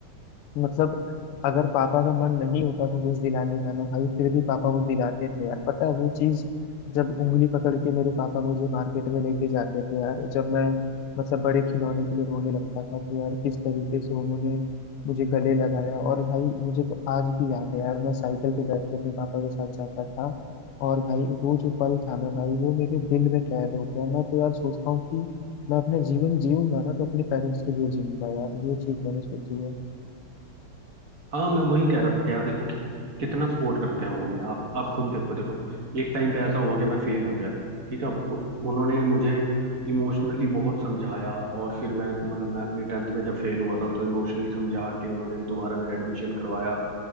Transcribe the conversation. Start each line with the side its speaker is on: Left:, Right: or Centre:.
Left: मतलब अगर पापा का मन नहीं होता था कुछ दिलाने का ना भाई फिर भी पापा वो दिलाते थे यार पता है वो चीज जब उंगली पकड़ के मेरे पापा मुझे मार्केट में लेके जाते थे यार जब मैं मतलब बड़े खिलौने के लिए रोने लगता था तो यार किस तरीके से उन्होंने मुझे गले लगाया और भाई मुझे तो आज भी याद है यार मैं साइकिल पे बैठ के अपने पापा के साथ जाता था और भाई वो जो पल था ना भाई वो मेरे दिल में कैद हो गया मैं तो यार सोचता हूँ कि मैं अपने जीवन जीऊंगा ना तो अपने पेरेंट्स के लिए जीऊंगा यार ये चीज मैंने सोची है
Right: हाँ मैं वही कह रहा था कि यार देखो कि, कितना सपोर्ट करते हैं वो हमें आप आप खुद देखो देखो एक टाइम पे ऐसा हुआ कि मैं फेल हो गया ठीक है उ- उन्होंने मुझे इमोशनली बहुत समझाया और फिर मैं मतलब मैं अपनी टेंथ में जब फेल हुआ था तो इमोशनली समझा के उन्होंने दोबारा मेरा एडमिशन करवाया